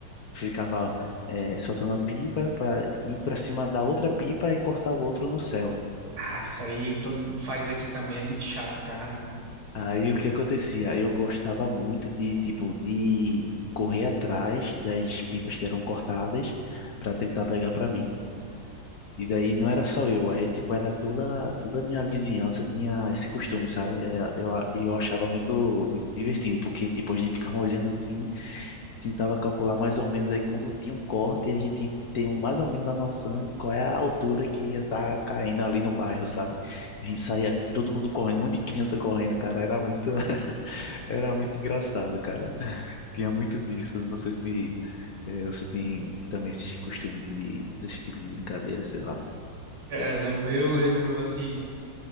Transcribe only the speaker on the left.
ficava é, soltando a pipa para ir para cima da outra pipa e cortar o outro no céu.
Aí o que acontecia? Eu gostava muito de, tipo, de correr atrás das pipas que eram cortadas para tentar pegar para mim. E daí não era só eu, aí tipo era toda toda a minha vizinhança tinha esse costume, sabe? É, Eu, eu achava muito muito divertido, porque tipo a gente ficava olhando assim tentava calcular mais ou menos aí quando tinha um corte, a gente tinha que ter um, mais ou menos a noção qual é a altura que ia estar caindo ali no bairro, sabe? A gente saía todo mundo correndo, um monte de criança correndo, cara, era muito, <laughs> era muito engraçado, cara. Tinha muito disso. Não sei se eh, você tem também esse costume de desse tipo de brincadeira, sei lá.